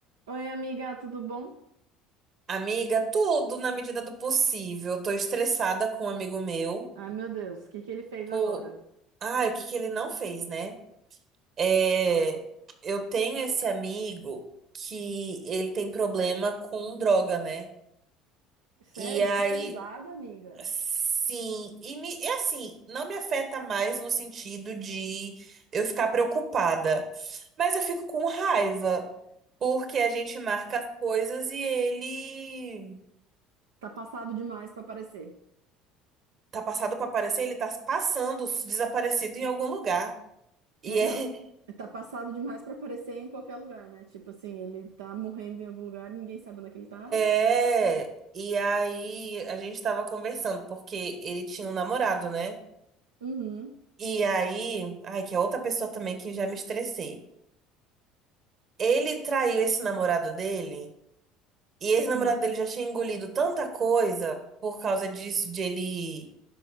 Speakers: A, on the right; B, on the right.
A: Oi, amiga, tudo bom?
B: Amiga, tudo na medida do possível. Tô estressada com um amigo meu.
A: Ai, meu Deus, o que que ele fez
B: Tô...
A: agora?
B: Ai, o que que ele não fez, né? É... Eu tenho esse amigo que ele tem problema com droga, né?
A: Sério,
B: E aí,
A: que pesada, amiga.
B: sim, e me... e assim, não me afeta mais no sentido de eu ficar preocupada, mas eu fico com raiva, porque a gente marca as coisas e ele.
A: Tá passado demais pra aparecer,
B: Tá passado pra aparecer, ele tá passando desaparecido em algum lugar. E
A: né?
B: é,
A: Não, tá passado demais pra aparecer em qualquer lugar, né? Tipo assim, ele tá morrendo em algum lugar, ninguém sabe onde é que ele tá.
B: <laughs> é. E aí a gente tava conversando, porque ele tinha um namorado, né?
A: Uhum,
B: E aí. Ai, que é outra pessoa também que já me estressei. Ele traiu esse namorado dele, e esse
A: Hum.
B: namorado dele já tinha engolido tanta coisa por causa disso, de ele